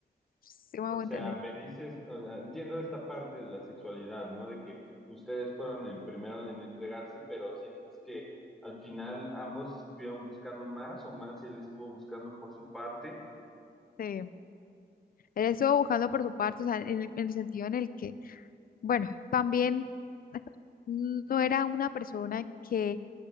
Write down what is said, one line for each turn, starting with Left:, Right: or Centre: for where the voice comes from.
Left: ¿sí me
Centre: O
Left: hago
Centre: sea,
Left: entender?
Centre: me dices, o sea, entiendo esta parte de la sexualidad, ¿no? De que ustedes fueron en primero en entregarse, pero sientes que al final ambos estuvieron buscando más o más él estuvo buscando por su parte.
Left: Sí. Él estuvo buscando por su parte, o sea, en el, en el sentido en el que Bueno, también <laughs> no era una persona que,